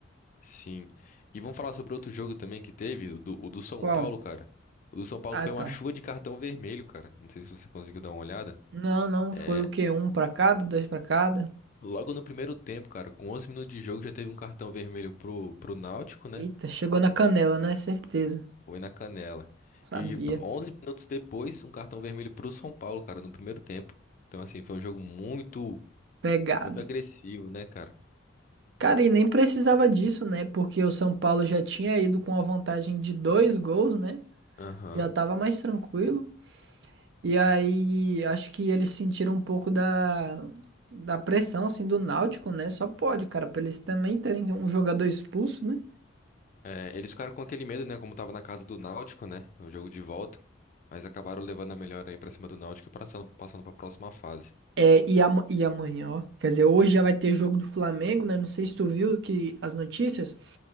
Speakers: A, on the left; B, on the right.
A: Sim. E vamos falar sobre outro jogo também que teve, o do, o do São
B: Qual?
A: Paulo, cara. O do São Paulo
B: Ah,
A: foi
B: tá.
A: uma chuva de cartão vermelho, cara. Não sei se você conseguiu dar uma olhada.
B: Não, não,
A: É,
B: foi o quê? Um pra cada, dois pra cada.
A: Logo no primeiro tempo, cara, com 11 minutos de jogo já teve um cartão vermelho pro, pro Náutico, né?
B: Eita, chegou na canela, né? Certeza.
A: Foi na canela.
B: Sabia.
A: E 11 minutos depois, um cartão vermelho pro São Paulo, cara, no primeiro tempo. Então, assim, foi um jogo muito,
B: Pegado.
A: muito agressivo, né, cara?
B: Cara, e nem precisava disso, né? Porque o São Paulo já tinha ido com a vantagem de dois gols, né?
A: Aham.
B: Já tava mais tranquilo. E aí, acho que eles sentiram um pouco da, da pressão, assim, do Náutico, né? Só pode, cara, pra eles também terem um jogador expulso, né?
A: É, eles ficaram com aquele medo, né? Como tava na casa do Náutico, né? O jogo de volta. Mas acabaram levando a melhor aí pra cima do Náutico e passando, passando pra próxima fase.
B: É, e, ama- e amanhã, ó. Quer dizer, hoje já vai ter jogo do Flamengo, né? Não sei se tu viu que as notícias.